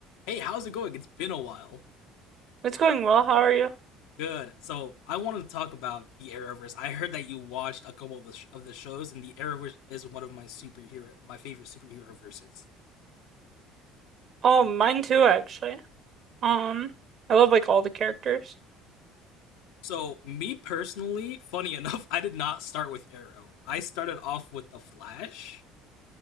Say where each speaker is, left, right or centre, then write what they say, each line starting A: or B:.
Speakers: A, on the left; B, on the right.
A: Hey, how's it going? It's been a while.
B: It's going well. How are you?
A: Good. So I wanted to talk about the Arrowverse. I heard that you watched a couple of the sh- of the shows, and the Arrowverse is one of my superhero, my favorite superhero verses.
B: Oh, mine too, actually. Um, I love like all the characters.
A: So me personally, funny <laughs> enough, I did not start with Arrow. I started off with the Flash,